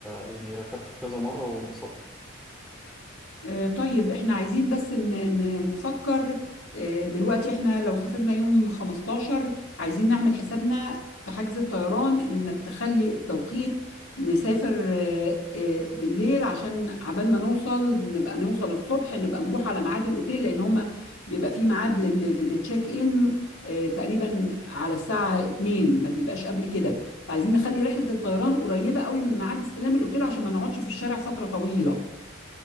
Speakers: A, in the centre; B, on the left.
A: يعني ركبته كذا مرة وانبسطت
B: آه، طيب احنا عايزين بس ن- ن- نفكر آه، دلوقتي احنا لو سافرنا يوم 15 عايزين نعمل حسابنا في حجز الطيران انك تخلي التوقيت نسافر آه، آه، بالليل عشان عبال ما نوصل نبقى نوصل الصبح نبقى نروح على ميعاد الاوتيل لان هما بيبقى فيه ميعاد لل- لل- للتشيك ان آه، تقريبا على الساعة 2 ما بيبقاش قبل كده فعايزين نخلي رحلة الطيران قريبة قوي من ميعاد استلام الاوتيل عشان ما نقعدش في الشارع فترة طويلة